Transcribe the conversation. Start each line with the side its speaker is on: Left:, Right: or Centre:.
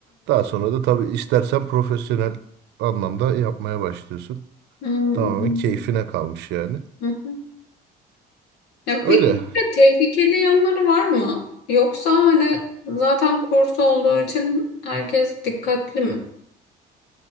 Right: Daha sonra da tabii istersen profesyonel anlamda yapmaya başlıyorsun.
Left: Hı hı.
Right: Tamamen keyfine kalmış yani.
Left: Hı hı. Ya
Right: Öyle.
Left: peki bir de tehlikeli yanları var mı? Yoksa hani zaten kurs olduğu için herkes dikkatli mi?